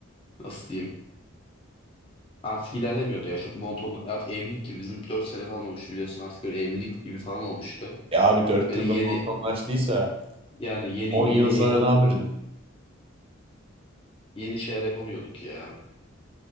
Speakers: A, on the left (about 25°); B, on the right (about 25°).
A: nasıl diyeyim artık ilerlemiyordu ya çok monoton artık evlilik gibi bizim 4 sene falan olmuş biliyorsun artık böyle evlilik gibi falan olmuştu.
B: Ya abi 4
A: Böyle
B: yılda
A: yeni
B: anlaştıysa
A: yani yeni
B: 10 yıl
A: yeni
B: sonra
A: heyecan
B: ne yapacaksın?
A: yeni şeyler yapamıyorduk ya.